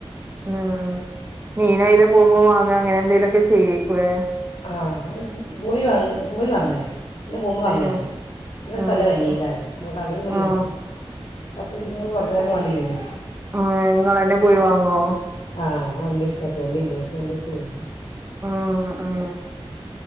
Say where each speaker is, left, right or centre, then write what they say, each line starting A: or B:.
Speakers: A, on the right; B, on the left.
A: ഉം മീനായിലെ പോഉമ്പ വാങ്ങ അങ്ങനെ എന്തേലൊക്കെ ചെയ്യൊയ്ക്ക്ലേ
B: ആ പോയി വാങ്ങ് പോയി വാങ്ങല ഇല്ല പോവുമ്പങ്ങനെയാ
A: ഏഹ്
B: ഇവൾക്ക്
A: ആഹ്
B: <unintelligible> പോ കടെ പോയി
A: ആഹ്
B: വാങ്ങും പത്ത് ഇരുപത് കുറഞ്ഞാലും വാണ്ടിലല്ലോ
A: ആഹ് നിങ്ങളന്നെ പോയി വാങ്ങോ
B: ആഹ്. വണ്ടിട്ത്ത് അത്യാ വണ്ടില്യേ വണ്ടിട്ത്ത് പോയി...
A: ഉം ഉം